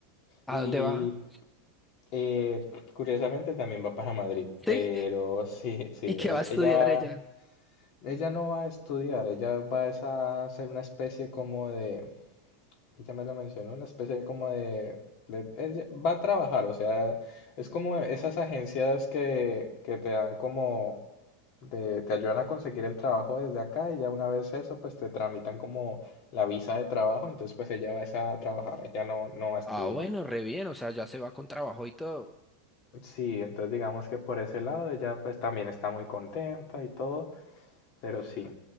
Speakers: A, in the centre; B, on the left (about 45°).
A: ¿A
B: Y
A: dónde va?
B: eh, curiosamente también va para Madrid,
A: Sí,
B: pero <laughs> sí, sí,
A: y que
B: es-
A: va a estudiar
B: ella va,
A: ella.
B: Ella no va a estudiar, ella va es a hacer una especie como de, ella me lo mencionó, una especie como de, de- ella va a trabajar, o sea, es como esas agencias que, que te dan como, de- te ayudan a conseguir el trabajo desde acá y ya una vez eso, pues te tramitan como la visa de trabajo, entonces pues ella va es a trabajar, ella no, no va a estudiar.
A: Ah, bueno, re bien, o sea, ya se va con trabajo y todo.
B: Sí, entonces digamos que por ese lado ella pues también está muy contenta y todo, pero sí.